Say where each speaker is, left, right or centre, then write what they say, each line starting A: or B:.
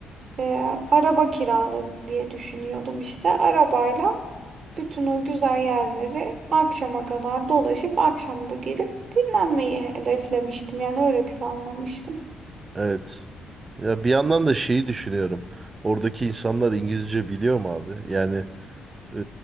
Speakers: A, on the right; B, on the right.
A: e, araba kiralarız diye düşünüyordum işte. Arabayla bütün o güzel yerleri akşama kadar dolaşıp akşam da gelip dinlenmeyi hedeflemiştim. Yani öyle planlamıştım.
B: Evet. Ya bir yandan da şeyi düşünüyorum. Oradaki insanlar İngilizce biliyor mu abi? Yani e,